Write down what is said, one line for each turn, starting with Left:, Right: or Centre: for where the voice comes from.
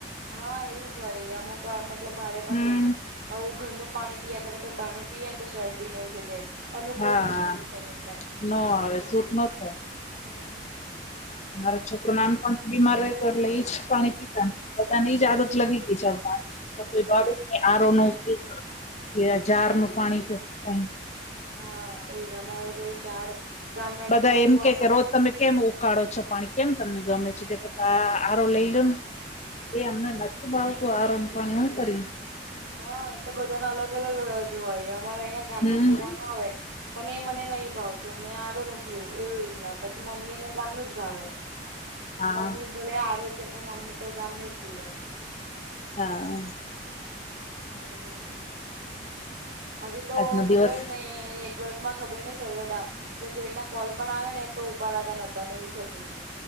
Right: હા એવું જ હોય એ અમુક મતલબ મારે પણ
Left: હમ
Right: એવું થાય. આવું ઘરનું પાણી પીયા કરે પી બહારનું પીએ ને તો શરડી ને એવું થઈ જાય. અનુકૂળ
Left: હા
Right: નહીં આવતું શરીરને.
Left: ન આવે સૂટ ન થાય
Right: હમ્મ.
Left: મારો છોકરું નામ પણ બીમાર રહે કરે એજ પાણી પીતા તો બધાને એ જ આદત લાગી ગઈ છે પાણી જો કોઈ ભાવ નહી આરો નો ઉપયોગ કર કે ઝાર ન પાણી કે કાઈ
Right: હા એ જમા એવ એવું ચાર ગામડા
Left: બધા
Right: રુપવાનો
Left: એમ કે કે રોજ તમે કેમ ઉકાળો છો પાણી કેમ તમને ગમે છે તે કરતા આર રો લઈ લો ને. એ અમને નથી ભાવતો આર રો નું પાણી હું કરી.
Right: હા એટલે બધા ના અલગ અલગ જ હોય અમારા અહીંયા ગામ
Left: હમ
Right: નો કુવાનું હોય. પણ એ મને નહી ભાવતું મેં આરો નો પીયુ એવી રીતના પછી મમ્મી ને ગામનું જ ભાવે.
Left: <inaudible>
Right: તો
Left: હા
Right: મમ્મી ભલે આરો છે પણ મમ્મી તો ગામ ન જ પીવે.
Left: હા.
Right: એટલે એવું હોય છે હજે તો
Left: આજનો
Right: ખબર
Left: દિવસ
Right: નહ નેટવર્ક. માં ખબર ને સરવ ડામ કોઈ એના કોલ પણ આવે ને તો ઉપાડતા નતા ને એવું થતું હતું.